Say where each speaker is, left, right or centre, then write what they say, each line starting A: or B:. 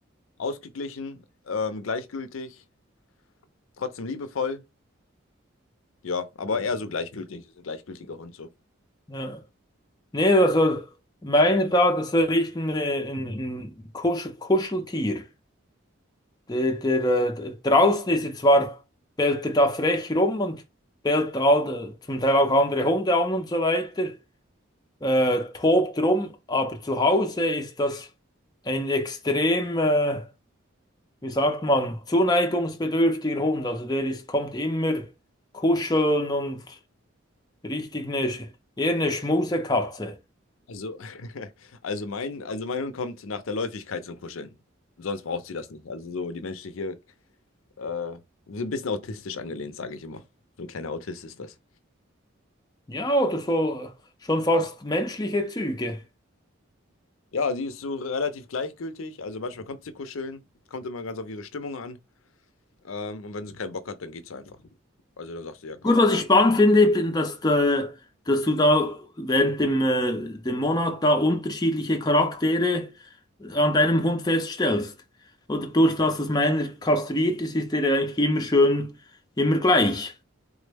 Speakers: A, on the left; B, on the left.
A: Ausgeglichen, ähm, gleichgültig, trotzdem liebevoll. Ja, aber eher so gleichgültig. Ist ein gleichgültiger Hund so.
B: Ja. Nee, also meiner da, das ist echt ein, äh, ein, ein Kusch, Kuscheltier. Der, der, äh, der- draußen ist er zwar, bellt er da frech rum und bellt all, äh, zum Teil auch andere Hunde an und so weiter. äh, tobt rum, aber zu Hause ist das ein extrem, äh, wie sagt man, zuneigungsbedürftiger Hund. Also der ist, kommt immer kuscheln und richtig eine, Sch- eher eine Schmusekatze.
A: Also, <laughs> also mein, also mein Hund kommt nach der Läufigkeit zum Kuscheln. Sonst braucht sie das nicht. Also so die menschliche, äh, so ein bisschen autistisch angelehnt, sage ich immer. So ein kleiner Autist ist das.
B: Ja, oder so äh, schon fast menschliche Züge.
A: Ja, sie ist so relativ gleichgültig. Also manchmal kommt sie kuscheln, kommt immer ganz auf ihre Stimmung an. Ähm, und wenn sie keinen Bock hat, dann geht sie einfach. Also dann sagt sie, ja, komm.
B: Gut, was ich spannend finde, bin, dass, da- dass du da während dem, äh, dem Monat da unterschiedliche Charaktere äh, an deinem Hund feststellst. Oder durch das, dass meiner kastriert ist, ist der eigentlich immer schön, immer gleich.